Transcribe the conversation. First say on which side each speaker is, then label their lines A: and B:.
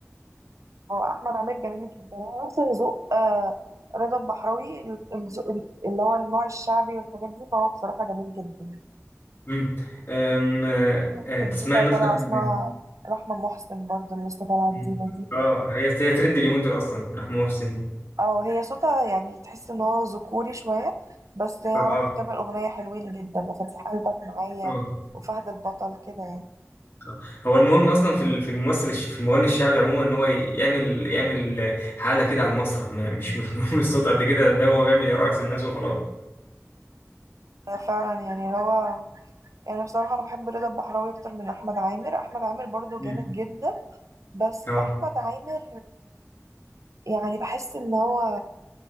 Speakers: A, on the right; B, on the left.
A: اه احمد عامر جميل جدا هو نفس ذوق آه رضا البحراوي ال- الذوق ال- اللي هو النوع الشعبي والحاجات دي فهو بصراحه جميل جدا
B: امم أم، آه،
A: بنت
B: آه، تسمعي
A: جديده
B: مثلا
A: طالعه اسمها
B: من-
A: رحمه محسن برضو اللي لسه طالعه
B: مم.
A: جديده دي
B: اه هي هي ترند اليومين دول اصلا محمود محسن دي
A: اه هي صوتها يعني تحس ان هو ذكوري شويه بس هي
B: اه
A: عملت كام اغنيه حلوين جدا مفاتيح قلبك معايا
B: اه
A: وفهد البطل كده يعني
B: آه. هو المهم اصلا في ال- في الممثل الش... في المغني الشعبي عموما ان هو ي- يعمل يعمل حاله كده على المسرح م- مش <laughs> مش مهم الصوت قد كده ده هو بيعمل يرقص الناس وخلاص
A: آه، فعلا يعني اللي هو يعني بصراحة أنا بحب رضا البحراوي أكتر من أحمد عامر أحمد عامر برضو
B: مم.
A: جامد جدا بس
B: اه
A: أحمد عامر يعني بحس ان هو